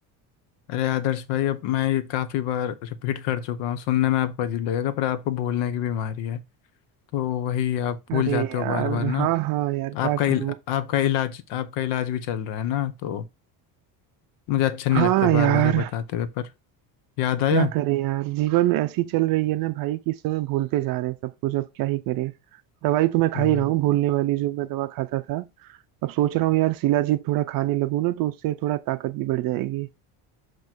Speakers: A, on the left (about 75°); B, on the right (about 55°).
A: अरे आदर्श भाई अब मैं ये काफ़ी बार रिपीट कर चुका हूँ सुनने में आपको अजीब लगेगा पर आपको भूलने की बीमारी है तो वही आप भूल
B: अरे
A: जाते
B: यार
A: हो बार बार ना
B: हाँ हाँ यार क्या
A: आपका इल,
B: करूँ
A: आपका इलाज आपका इलाज भी चल रहा है ना तो मुझे अच्छा नहीं
B: हाँ
A: लगता
B: यार
A: बार बार ये बताते हुए पर याद आया
B: क्या करें यार जीवन ऐसी चल रही है ना भाई कि इस समय भूलते जा रहे हैं सब कुछ अब क्या ही करें दवाई तो मैं खा
A: वही
B: ही
A: वही
B: रहा हूँ भूलने वाली जो मैं दवा खाता था अब सोच रहा हूँ यार शिलाजीत थोड़ा खाने लगूँ ना तो उससे थोड़ा ताकत भी बढ़ जाएगी